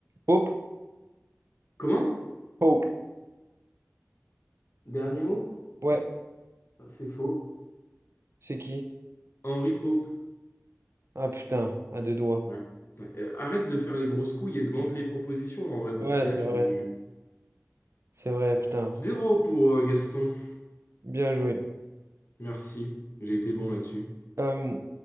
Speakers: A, on the right; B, on the left.
A: Hope?
B: Comment?
A: Hope.
B: Dernier mot?
A: Ouais.
B: C'est faux.
A: C'est qui?
B: Henry Pope.
A: Ah putain, à deux doigts.
B: Ouais. Ouais. Euh, Arrête de faire les grosses couilles et demande les propositions en vrai, parce
A: Ouais,
B: que là,
A: c'est
B: tu.
A: vrai. C'est vrai, putain.
B: Zéro pour euh, Gaston.
A: Bien joué.
B: Merci. J'ai été bon là-dessus.
A: Euh,